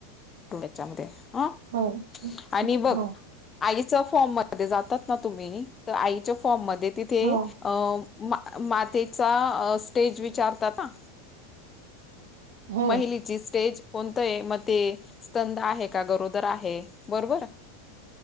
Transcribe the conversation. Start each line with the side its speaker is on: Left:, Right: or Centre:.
Left: त्याच्यामध्ये अं
Right: हो
Left: आणी बघ
Right: हो
Left: आईच्या फॉर्म मध्ये जातात ना तुम्ही त आईच्या फॉर्म मध्ये तिथे
Right: हो
Left: अं मा मातेचा स्टेज विचारतात ना
Right: हो
Left: महिलीची स्टेज कोणतंये मते स्तंद आहे का गरोदर आहे बरोबर